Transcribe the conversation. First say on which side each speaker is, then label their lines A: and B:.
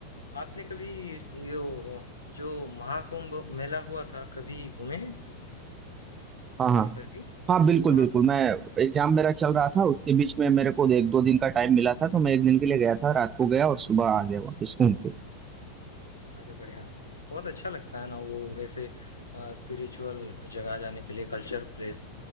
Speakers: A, on the left (about 75°); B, on the right (about 25°).
A: बढ़िया आपने कभी ये वो- जो महाकुंभ मेला हुआ था कभी घूमे हैं
B: हाँ हाँ
A: कहीं पर भी
B: हाँ बिल्कुल
A: महाकुंभ
B: बिल्कुल मैं एग्जाम मेरा चल रहा था उसके बीच में मेरे को एक दो दिन का टाइम मिला था तो मैं एक दिन के लिए गया था रात को गया और सुबह आ गया वापस घूम के
A: अरे बढ़िया बहुत अच्छा लगता है ना वो ऐसे स्पिरिचुअल जगह जाने के लिए कल्चर प्लेस